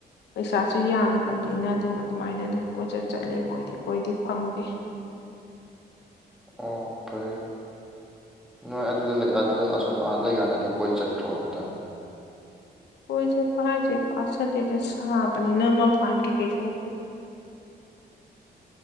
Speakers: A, on the left; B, in the centre.
A: ꯄꯩꯁꯥꯁꯨ ꯌꯥꯝꯒ꯭ꯔꯕꯅꯤꯅ ꯑꯗꯨꯝ ꯑꯗꯨꯃꯥꯏꯅ ꯑꯗꯨꯝ ꯀꯣꯏꯆꯠ ꯆꯠꯂꯤ ꯃꯣꯏꯗꯤ ꯑꯩꯈꯣꯏꯗꯤ ꯐꯪꯗꯦ꯫
B: ꯑꯣ ꯐꯔꯦ꯫ ꯅꯣꯏ ꯑꯗꯨꯗ ꯂꯩ ꯑꯗꯨꯗ ꯑꯁꯣꯝ ꯑꯥ ꯂꯩꯀꯥꯟꯗꯗꯤ ꯀꯣꯏ ꯆꯠꯇ꯭ꯔꯣ ꯑꯝꯇ?
A: ꯀꯣꯏ ꯆꯠꯄ ꯍꯥꯏꯁꯦ ꯄꯥꯛ-ꯆꯠꯇꯦꯗ ꯁꯥꯕꯅꯤꯅ ꯃꯄꯥꯟ ꯀꯩ-ꯀꯩ ꯊꯣꯛꯇꯦ꯫